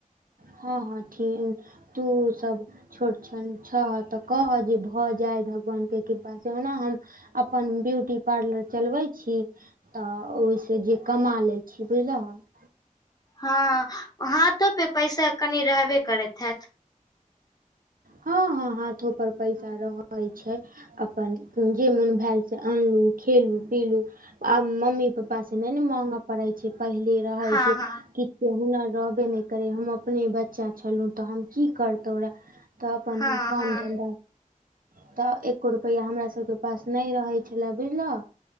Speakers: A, on the right; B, on the left.
A: हँ हँ ठी तूसब छोट सन छह त कहह जे भ जाय भगवान के कृपासँ ओना हम अपन ब्यूटी पार्लर चलबय छी त ओहिसँ जे कमा लयछी बुझलंहु ह
B: हँ हाथो पे पैसा कनि रहबे करैत हैत
A: हँ हँ हाथो पर पैसा रहय छय अपन जेमन भेल से अनलहु खेलहु पीलहु आब मम्मी पपा स नै न मांग पड़य छय पहिले रहै
B: हँ
A: जे
B: हँ
A: कि उ हुनर रहबे नय करै हम अपने बच्चा छलहुँ त हम की करतहुँ रहै त अपन
B: हँ
A: हम काम
B: हँ
A: धन्धा त एक्को रुपैया हमरा सबके पास नै रहै छलए बुझलह